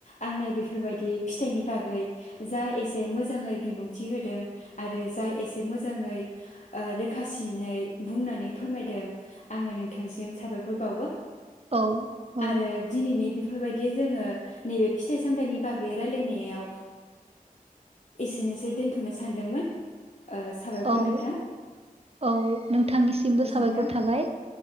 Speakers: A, on the left; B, on the right.
A: आंनो बेफोरबायदि फिथाइनि बागै जा एसे मोजाङै बिबुंथि होदों आरो जा एसे मोजाङै आरो खासिनै बुंनानै फोरमायदों आङो नोंथांसिम साबायखर बावो
B: औ औ
A: आरो दिनैनि बेफोरबायदि दि जोङो नैबे फिथाइ सामथायाइनि बागै रायलायनायाव एसेनोसै दोन्थ'नो सानदोंमोन साबायरखोन
B: औ
A: नोंथां
B: औ नोंथांनिसिमबो
A: गोजोन्थों।
B: साबायखर थाबाय